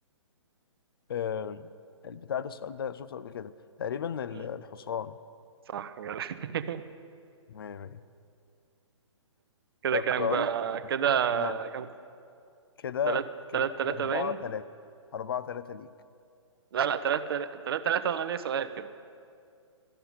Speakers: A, on the left (about 50°); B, on the right (about 50°).
A: آه، البتاع ده السؤال ده شفته قبل كده تقريبا ال-
B: مم.
A: الحصان
B: صح جدع. <laughs>
A: مية مية.
B: كده
A: طب
B: كام
A: بقول
B: بقى
A: لك
B: كده
A: إيه؟ لا
B: كام
A: كده
B: تلات
A: كده
B: تلات تلاتة
A: أربعة
B: باين
A: تلاتة أربعة تلاتة ليك
B: لا لا تلات تلات تلات تلاتة وانا ليا سؤال كده